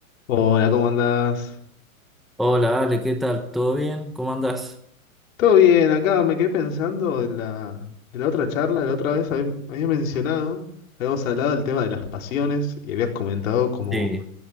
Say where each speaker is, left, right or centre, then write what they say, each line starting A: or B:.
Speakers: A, on the left; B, in the centre.
A: Hola, ¿cómo andás?
B: Hola Ale, ¿qué tal? ¿Todo bien? ¿Cómo andás?
A: Todo bien, acá me quedé pensando en la, de la otra charla, de la otra vez habías mencionado, habíamos hablado del tema de las pasiones y habías comentado como
B: Sí,